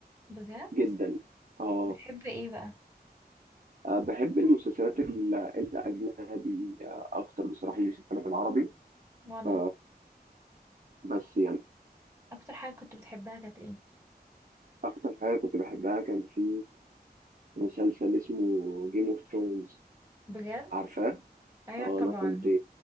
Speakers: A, on the right (about 20°); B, on the right (about 55°).
A: بجد
B: جدا آه
A: بتحب إيه بقى؟
B: آه، بحب المسلسلات ال- الأجنبي آه، أكتر بصراحة من المسلسلات العربي
A: وأنا
B: ف- بس يعني
A: أكتر حاجة كنت بتحبها كانت إيه؟
B: أكتر حاجة كنت بحبها كان في مسلسل اسمه جيم اوف ثرونز
A: بجد؟
B: عارفاه
A: أيوة
B: اه
A: طبعا
B: انا كنت